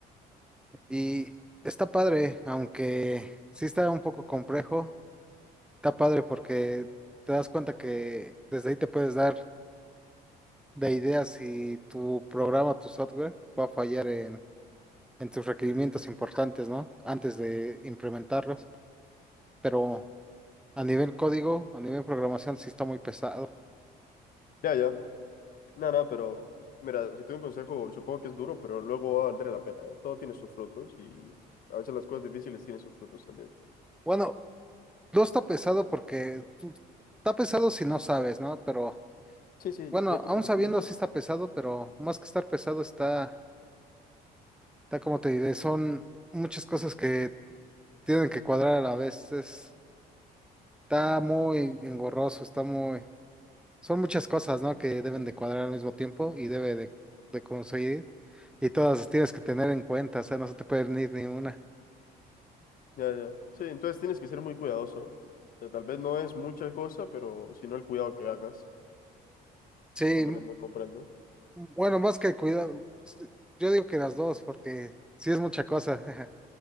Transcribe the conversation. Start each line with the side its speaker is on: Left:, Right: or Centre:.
Centre: Y está padre, aunque sí está un poco complejo, está padre porque te das cuenta que desde ahí te puedes dar de ideas si tu programa, tu software va a fallar en, en tus requerimientos importantes, ¿no? Antes de implementarlos. Pero a nivel código, a nivel programación, sí está muy pesado.
Left: Ya, ya. No, no, pero mira, si te doy un consejo, supongo que es duro, pero luego va a valer la pena, ¿eh? Todo tiene sus frutos y a veces las cosas difíciles tienen sus frutos también.
Centre: Bueno, no está pesado porque tú- está pesado si no sabes, ¿no? Pero
Left: Sí, sí,
Centre: Bueno,
Left: ya con
Centre: aún
Left: conocimiento.
Centre: sabiendo si está pesado, pero más que estar pesado está, está como te diré, son muchas cosas que tienen que cuadrar a la vez. Es- está muy engorroso, está muy, son muchas cosas, ¿no? Que deben de cuadrar al mismo tiempo y debe de, de conseguir. Y todas las tienes que tener en cuenta, o sea, no se te puede ir ni una.
Left: Ya, ya. Sí, entonces tienes que ser muy cuidadoso. O sea, tal vez no es mucha cosa, pero sino el cuidado que hagas.
Centre: Sí,
Left: Comprendo,
Centre: m-
Left: comprendo.
Centre: bueno, más que cuidado, s- yo digo que las dos, porque sí es mucha cosa. <laughs>